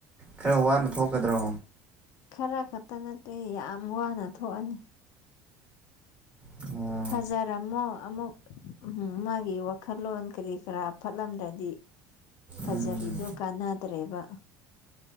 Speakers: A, on the right (about 20°); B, on the left (about 65°).
A: ꯈꯔ ꯋꯥꯅ ꯊꯣꯛꯀꯗ꯭ꯔꯣ
B: ꯈꯔ ꯈꯛꯇ ꯅꯠꯇꯦ ꯌꯥꯝ ꯋꯥꯅ ꯊꯣꯛꯑꯅꯤ
A: ꯑꯣ
B: ꯐꯖꯔꯝꯃꯣ ꯑꯃꯨꯛ ꯃꯥꯒꯤ ꯋꯥꯈꯜꯂꯣꯟ ꯀꯔꯤ ꯀꯔꯥ ꯐꯠꯂꯝꯗ꯭ꯔꯗꯤ ꯐꯖꯔꯤꯗꯨꯣ
A: ꯎꯝ
B: ꯀꯥꯟꯅꯗ꯭ꯔꯦꯕ